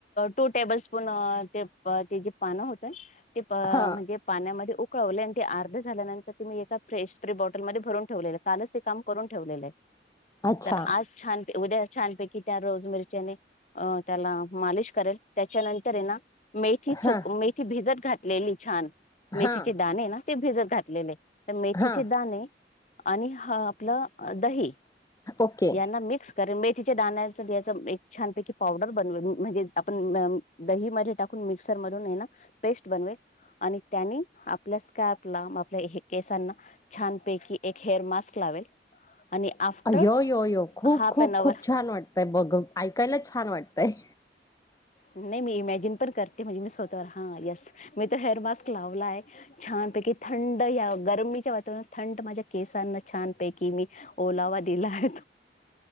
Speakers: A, on the left; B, on the left.
A: टू टेबल स्पून अ ते ते जे पानं होतं ते अ
B: हा
A: म्हणजे पाण्यामध्ये उकळवले आणि ते अर्ध झाल्यानंतर ते मी एका फ्रश स्प्रे बॉटलमध्ये भरून ठेवले. कालच ते काम करून ठेवलेलं आहे.
B: अच्छा
A: तर आज छान उद्या छानपैकी त्या रोज मेरीच्याने अ त्याला मालिश करेल त्याच्यानंतर येना मेथी चक
B: हा
A: मेथी भिजत घातलेली छान. मेथीचे
B: हा
A: दाणे ना ते भिजत घातलेले तर मेथीचे
B: हा
A: दाणे आणि हा आपलं दही
B: ओके
A: यांना मिक्स करीन ब मेथीच्या दाण्याचा एक छानपैकी पावडर <unintelligible> बन म्हणजे आपण दही म टाकून मिक्सर मधून हाय ना पेस्ट बनवेन आणि त्यांनी आपल्या स्कॅपला आपल्या केसांना छानपैकी एक हेअर मास्क लावेल. आणि आफ्टर
B: य यो यो खूप
A: हाफ
B: खूप,
A: अन अवर
B: खूप, छान वाटतंय बघ ऐकायला छान वाटतं. तेय
A: नाही मी इमॅजिन पण करते म्हणजे मी स्वतःवर हा येस मी हेअर मास्क लावला आहे छानपैकी थंड या गरममीच्या वातावरणात थंड माझ्या केसांना छानपैकी मी ओलावा दिला आहे.